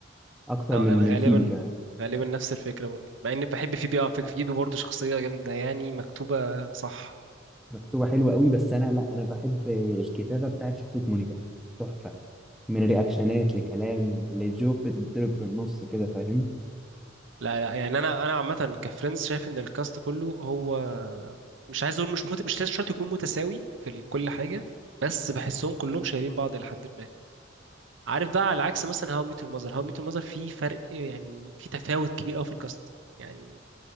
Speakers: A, in the centre; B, on the right (about 70°).
A: أكتر
B: اه
A: من
B: انا غالبا
A: من فيبي كمان
B: غالبا نفس الفكره برضه مع اني بحب فيبي اه فيك-
A: آه،
B: فيبي برضه شخصيه جامده يعني مكتوبه صح
A: مكتوبة حلوة قوي بس أنا لا أنا بحب الكتابة بتاعت شخصية مونيكا تحفة من رياكشنات لكلام لجوك بتتضرب في النص كده فاهم
B: لا لا يعني انا انا عامه كفريندز شايف ان الكاست كله هو مش عايز اقول مش مت... مش لازم شرط يكون متساوي في ال- كل حاجه بس بحسهم كلهم شايلين بعض الى حد ما عارف بقى على عكس مثلا هاو ميت المذر هاو ميت المذر في فرق يعني في تفاوت كبير قوي في الكاست يعني